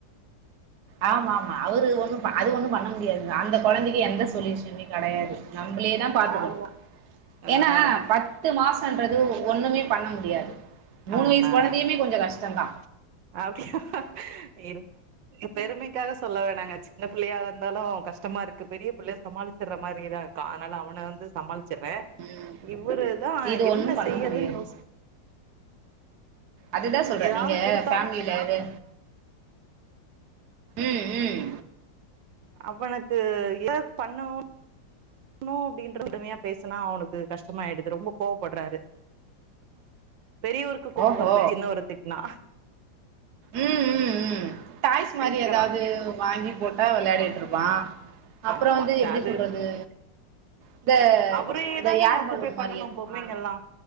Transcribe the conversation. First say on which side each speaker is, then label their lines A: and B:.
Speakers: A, on the right; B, on the right.
A: ஆம ஆமா அவுரு ஒண்ணு ப அது ஒண்ணு பண்ண முடியாதுங்க அந்த கொழந்திக்கி எந்த சொல்யூஷனுமே கெடையாது நம்பளே தா பாத்துக்கணோ
B: ஆமா ஆ
A: ஏன்னா ப பத்து மாசன்றது ஒண்ணுமே பண்ண முடியாது மூணு
B: ஆஹா
A: வயசு கொழந்தயுமே கொஞ்சொ கஷ்டந்தா
B: அப்டியா இல் இத் பெருமைக்காக சொல்ல வேணாங்க சின்ன பிள்ளையா இருந்தாலு கஷ்டமா இருக்கு பெரிய பிள்ளைய சமாளிச் சிட்ற மாரிதா இருக்கா அத்னால அவன வந்து சமாள் செட்ரே
A: ம்
B: இவரு தா
A: இது ஒண்ணும்
B: என்ன
A: பண்ண
B: செய்யறதுன்னு
A: முடியாது
B: யோசிக்
A: அதுதான் சொல்றே
B: ஏதாது
A: நீங்க
B: குடுத்து
A: ஃபேமிலில இரு ம் ம்
B: அவனுக்கு ஏ பண்ணுவோ நோ அப்டின்ற பொறுமையா பேசுனா அவனுக்கு கஷ்டமாயிடுது ரொம்ப கோவப்பட்றாரு பெரியவருக்கு கோவோ
A: ஓஹோ
B: வருது சின்னவர திட்டுனா
A: ம் ம் ம் டாய்ஸ் மாரி
B: கேக்குறா
A: எதாது வாங்கி போட்டா வெளையாடிட்டு இருப்பா அப்ரோ
B: ஆமா ஆமா
A: வந்து எப்டி
B: அது
A: சொல்றது இந்த
B: அவரே
A: இந்த
B: தாங்க
A: ஏர்
B: ஆக்குபை
A: பலூன்
B: பண்ணணும்
A: மாரி இருக்கு
B: பொம்மைங்கல்லா
A: ஆ